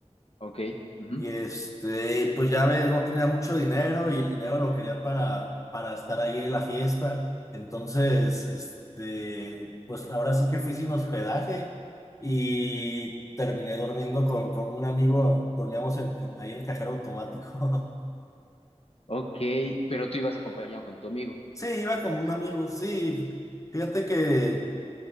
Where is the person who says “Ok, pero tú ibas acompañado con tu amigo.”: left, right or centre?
Left